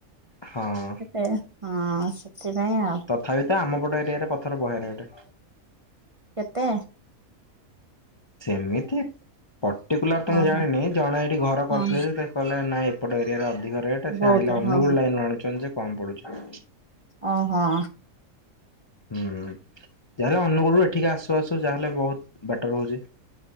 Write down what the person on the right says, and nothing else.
ସେ ହଁ ସେଥିପାଇଁ ଆଉ
ଟେ
ଓହୋ
ହଁ
ବହୁତ
ହଁ ହଁ
ଓହୋ